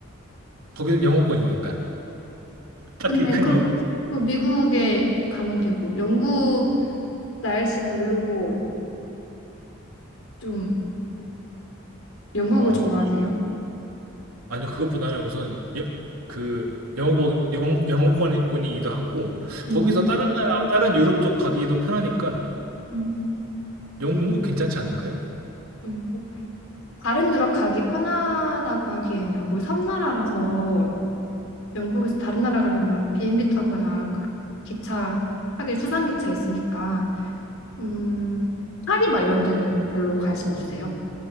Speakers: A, on the right; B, on the left.
A: 거기는 영어권이니까 딱히
B: 근데
A: 큰
B: 그,
A: 이유.
B: 그 미국에 가면 되고 영국 날씨 별로고 좀 영국을
A: 어,
B: 좋아하세요?
A: 아니요, 그것보다는 우선 여- 그 영어권 영어, 영어권이기도 하고
B: 음,
A: 거기서 다른 나라 다른 유럽 쪽 가기도 편하니까
B: 음,
A: 영국 괜찮지 않을까요?
B: 영국. 다른 유럽 가기 편하다고 하기엔 영국 섬나라라서 영국에서 다른 나라 가려면 비행기 타거나 그 기차 하긴 수상기차 있으니까 음, 파리 막 이런 데는 별로 관심 없으세요?